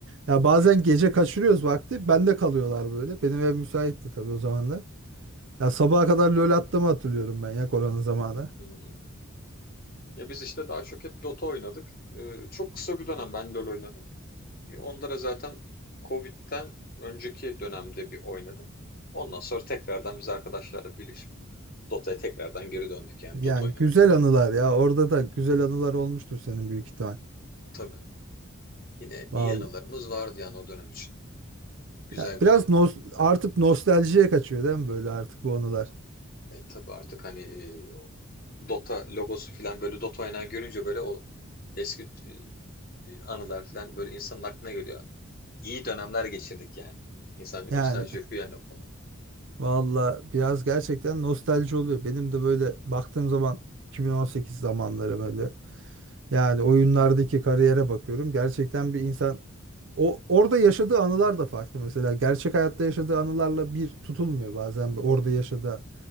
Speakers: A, on the right (about 55°); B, on the left (about 40°).
A: Ya bazen gece kaçırıyoruz vakti bende kalıyorlar böyle. Benim ev müsaitti
B: hı
A: tabii o zaman Ya sabaha
B: hı,
A: kadar lol attığımı hatırlıyorum ben ya korona zamanı.
B: hı hı. Ya biz işte daha çok hep Dota oynadık. E, çok kısa bir dönem ben LoL oynadım. E, Onda da zaten Covid'den önceki dönemde bir oynadım. Ondan sonra tekrardan biz arkadaşlarla birleşip Dota'ya tekrardan geri döndük yani
A: Yani
B: Dota oynamaya
A: güzel
B: devam
A: anılar
B: ettik.
A: ya orada da güzel anılar olmuştur senin büyük ihtimal.
B: Tabii. Yine
A: Vallahi.
B: iyi anılarımız vardı yani o dönem için. Güzel
A: Ya
B: güzel.
A: biraz nos- artık nostaljiye kaçıyor değil mi böyle artık bu anılar?
B: E, tabii artık hani e, o Dota logosu falan böyle Dota oynayan görünce böyle o eski e, e, anılar falan böyle insanın aklına geliyor. İyi dönemler geçirdik yani. İnsan bir
A: Yani
B: nostalji yapıyor yani o konuda.
A: valla biraz gerçekten nostalji oluyor. Benim de böyle baktığım zaman 2018 zamanları böyle yani oyunlardaki kariyere bakıyorum. Gerçekten bir insan o orada yaşadığı anılar da farklı mesela. Gerçek hayatta yaşadığı anılarla bir tutulmuyor bazen bir orada yaşadığı.